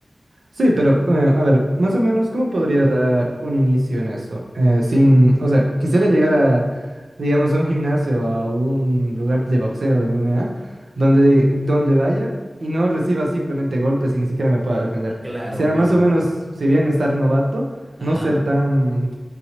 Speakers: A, on the right; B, on the right.
A: Sí, pero eh, a ver, más o menos, ¿cómo podría dar un inicio en eso? Eh, sin, o sea, quisiera llegar a, digamos, a un gimnasio, a un lugar de boxeo, de MMA, donde, donde vaya y no reciba simplemente golpes y ni siquiera me pueda defender.
B: Claro,
A: Quisiera
B: bueno,
A: más o menos, si bien estar novato,
B: ajá,
A: no ser tan,